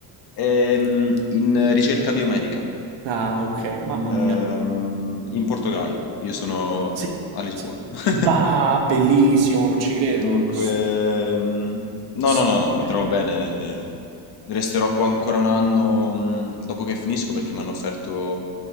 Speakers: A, on the left; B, on the right.
A: ehm, in ricerca biomedica,
B: Ah, ok, mamma
A: ehm,
B: mia.
A: in Portogallo. Io sono
B: Sì,
A: a Lisbona.
B: sì.
A: <laughs>
B: Bah, bellissimo, non ci credo.
A: Dunque,
B: S-
A: ehm, no,
B: Stupendo.
A: no, no, no, mi trovo bene. Resterò qua ancora un anno mh, dopo che finisco perché mi hanno offerto